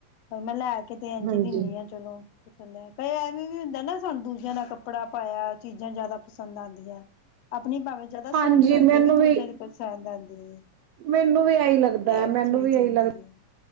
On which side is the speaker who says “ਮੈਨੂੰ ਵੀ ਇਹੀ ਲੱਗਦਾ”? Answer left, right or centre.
Right